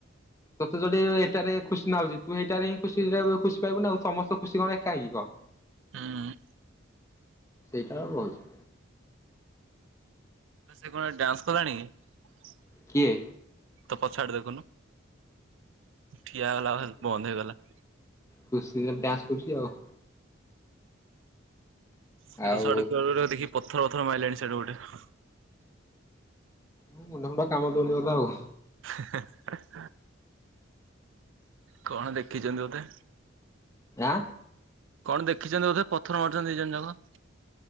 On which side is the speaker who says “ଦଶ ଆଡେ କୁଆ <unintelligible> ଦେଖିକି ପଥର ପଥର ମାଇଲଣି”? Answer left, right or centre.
Right